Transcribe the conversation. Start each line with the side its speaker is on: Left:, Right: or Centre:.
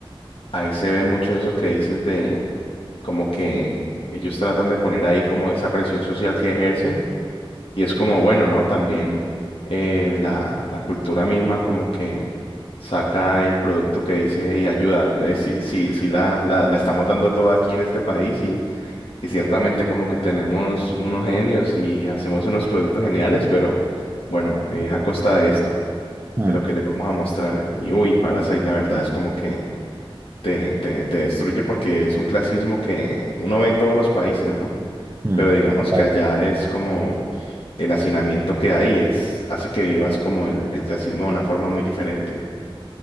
Left: Ahí se ve mucho eso que dices de como que ellos tratan de poner ahí como esa presión social que ejercen y es como bueno, ¿no? También eh, la, la cultura misma como que saca el producto que dice, y ayuda, eh, sí, sí, sí la, la, la estamos dando toda aquí en este país y, y ciertamente como que tenemos unos genios y hacemos unos productos geniales, pero bueno, eh, a costa de esto.
Right: Mm.
Left: de lo que les vamos a mostrar. eh. Y uy, Parasite, la verdad es como que te, te, te destruye porque es un clasismo que uno ve en todos los países, ¿no?
Right: Mm,
Left: Pero digamos
Right: exacto.
Left: que allá es como el hacinamiento que hay, es, hace que vivas como el, el clasismo de una forma muy diferente.